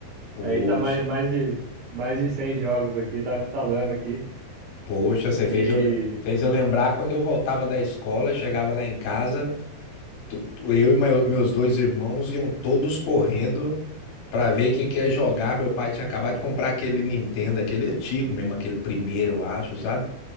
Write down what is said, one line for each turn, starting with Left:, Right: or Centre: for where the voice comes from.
Left: Poxa,
Right: Aí tá mais, mais de, mais de 100 jogos aqui, tava instalando aqui.
Left: poxa, você fez
Right: E.
Left: eu, fez eu lembrar quando eu voltava da escola, chegava lá em casa, tu- tu- Eu e meu- meus dois irmãos iam todos correndo pra ver quem quer jogar. Meu pai tinha acabado de comprar aquele Nintendo, aquele antigo mesmo, aquele primeiro, eu acho, sabe?